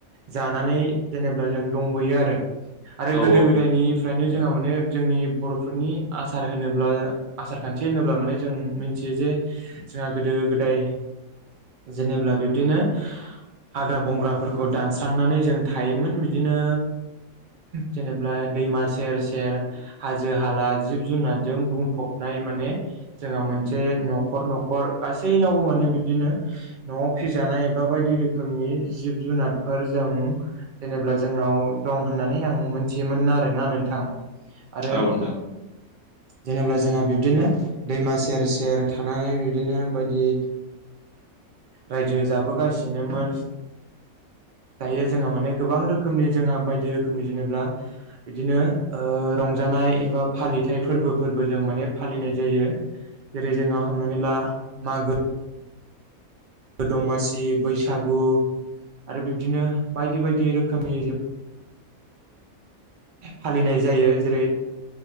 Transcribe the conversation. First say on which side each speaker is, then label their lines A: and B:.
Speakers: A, on the right (about 65°); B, on the right (about 50°).
A: जानानै जेनेब्ला जों दंबोयो आरो। आरो
B: औ नोंथां औ
A: गोदो गोदायनिफ्रायनो जोंहा माने जोंनि बर'फोरनि आसार होनो ब्ला आसार खान्थि होनोब्ला माने जों मिथियो जे जोंहा गोदो गोदाय। जेनेब्ला बिब्दिनो हाग्रा। बंग्राफोरखौ दानस्रांनानै जों थायोमोन बिदिनो। जेनेब्ला दैमा सेर सेर हाजो हाला जिब जुनारजों बुंफबनाय। नै माने जोंहा मोनसे न'खर न'खर गासैनावबो माने बिबदिनो न‌'आव फिज जानाय एबा बायदि रोखोमनि। जिब जुनारफोर जों जेनेब्ला जोंनाव दं होननानै आं मोनथियोमोन आरोना नोंथां। आरो
B: औ नोंथां औ नोंथां
A: जेनेब्ला। जोंहा बिब्दिनो दैमा सेर सेर थानानै बिब्दिनो बायदि। रायजो जाबोगासिनोमोन। दायो
B: औ
A: जोंहा माने गोबां रोख खोमनि जोंहा बायदि रोखोमनि जेनेब्ला बिदिनो ओ रंजानाय एबा फालिथाय फोर। फोरबो फोरबो जों माने फालिनाय जायो जेरै जोंहा हमनानै ला मागो। दमासि बैसागु। आरो बिब्दिनो बायदि बायदि रोखोमनि फालिनाय जायो जेरै